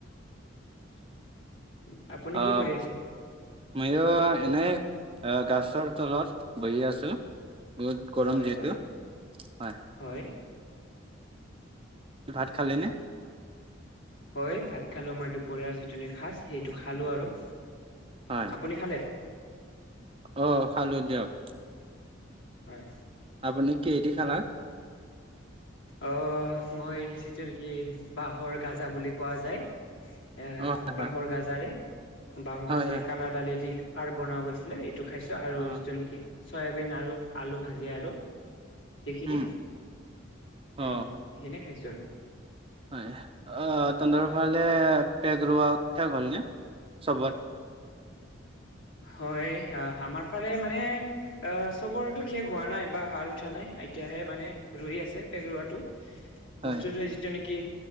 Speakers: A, on the left; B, on the right.
A: <inaudible> আপুনি
B: আহ
A: কি কৰি আছে?
B: ময়ো এনে গছৰ তলত বহি আছো। বহুত গৰম
A: হয়
B: যিহেতু
A: হয়
B: হয়।
A: হয়।
B: ভাত খালিনে?
A: হয়, ভাত খালো মই দুপৰীয়াৰ যিটো নেকি সাঁজ সেইটো খালো আৰু।
B: হয়,
A: আপুনি খালে
B: অ' খালো দিয়ক।
A: হয়।
B: আপুনি কিহে দি খালা?
A: আহ মই যিটো নেকি বাঁহৰ গাজা বুলি কোৱা যায়। এ
B: অ
A: বাহৰ
B: হয়
A: গাজাৰে বাহৰ
B: হয়
A: গাজাৰে
B: হয় হয়
A: কালা দালি দি খাৰ বনোৱা গৈছিলে এইটো খাইছো আৰু
B: অ
A: যিটো নেকি চয়াবিন আৰু আলু ভাজি আৰু। সেইখিনি।
B: উম
A: উম,
B: অ
A: সেইখিনিয়ে খাইছো আৰু।
B: হয়, তহঁৰ ফালে পেগ ৰোৱা <unintelligible> হ'লনে চবত
A: হয়, আমাৰ ফালে মানে আহ চবৰটো শেষ হোৱা নাই বা হাল উঠা নাই এতিয়াহে মানে ৰই আছে পেগ ৰোৱাটো। <unintelligible>
B: হয়
A: নেকি